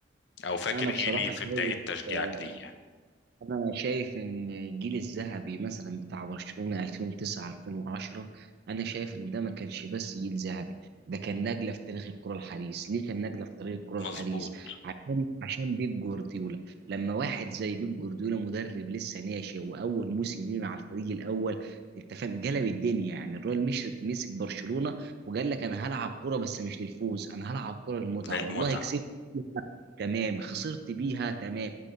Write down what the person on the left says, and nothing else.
او فاكر
ايه
ليه في
بداية تشجيعك
ليه يعني
مظبوط
ده المتعة